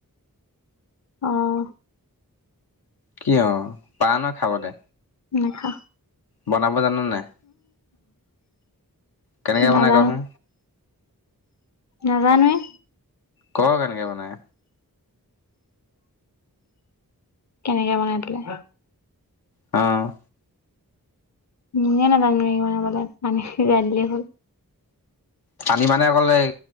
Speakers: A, on the left (about 50°); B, on the left (about 85°).
A: অ'।
B: কি অ' পা নহ খাবলে।
A: নেখাওঁ।
B: বনাব জানো নে নাই? কেনেকে বনাই
A: নাজানো
B: কচোন।
A: নাজানোৱে।
B: ক, কেনেকৈ বনাই।
A: কেনেকে বনাই পেলাই
B: অ'।
A: <unintelligible>
B: পানী মানে অকল এই